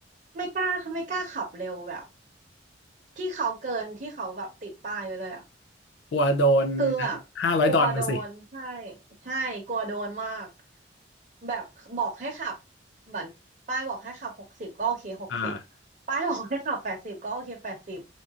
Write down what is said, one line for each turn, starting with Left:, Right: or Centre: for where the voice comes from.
Right: ไม่กล้าเขาไม่กล้าขับเร็วแบบที่เขาเกินที่เขาแบบติดป้ายไว้เลยอ่ะ
Left: กลัวโดน
Right: คือแบบกลัวโดนใช่
Left: ห้าร้อยดอลลาร์สิ
Right: ใช่กลัวโดนมากแบบบอกให้ขับเหมือนป้ายบอกให้ขับหกสิบก็โอเคหกสิบ
Left: อ่า
Right: ป้ายบอกให้ขับแปดสิบก็โอเคแปดสิบ